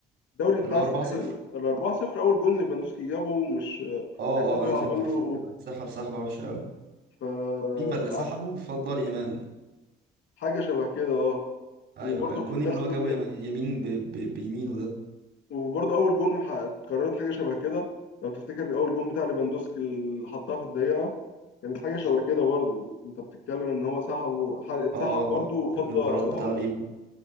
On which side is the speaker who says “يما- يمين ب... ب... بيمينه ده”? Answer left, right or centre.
Right